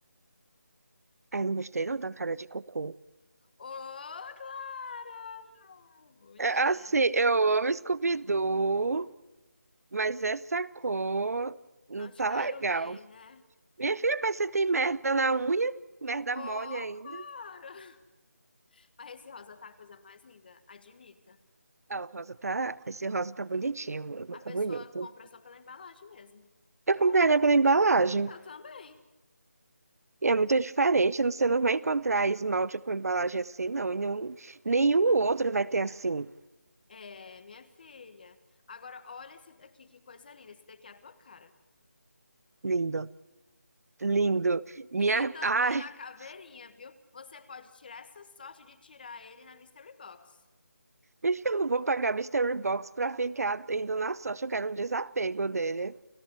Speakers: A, on the right; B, on the left.
A: Ai, não gostei não da cara de cocô.
B: Ô, Clara! Mulher,
A: É assim, eu amo Scooby-Doo, mas essa cor não
B: não te
A: tá
B: caiu
A: legal.
B: bem, né?
A: Minha filha, mas você tem merda na unha? Merda
B: Ô,
A: mole ainda?
B: Clara! Mas esse rosa tá a coisa mais linda, admita.
A: Ah, o rosa tá. Esse rosa tá bonitinho, o meu
B: A
A: tá
B: pessoa
A: bonito.
B: compra só pela embalagem mesmo.
A: Eu
B: Eu
A: compraria
B: compro.
A: pela embalagem.
B: Eu também.
A: E é muito diferente, você não vai encontrar esmalte com embalagem assim, não. E não- nenhum outro vai ter assim.
B: É, minha filha. Agora, olha esse daqui, que coisa linda. Esse daqui é a tua cara.
A: Lindo. Lindo. Minha.
B: E também
A: Ai,
B: da caveirinha,
A: <laughs>
B: viu? Você pode tirar essa sorte de tirar ele na Mystery Box.
A: acho que eu não vou pagar Mystery Box pra ficar indo na sorte. Eu quero um desapego dele.